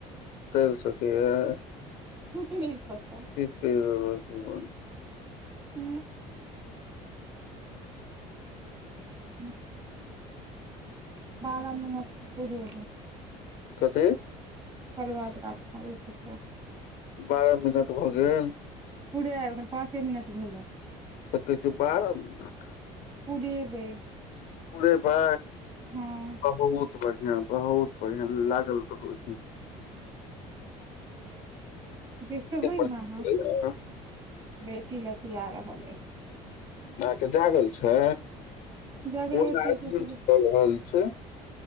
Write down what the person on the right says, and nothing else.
नहि पता
उ ह बादमे पूरी
अो करवाद रखब ओइ पर से
पूरे एखन पाँचे मिनट भेलै
पुरेबै
हँ
देखबै
ने अहाँ बेटी लतीआ रहल है
जगलो
छै सुतलो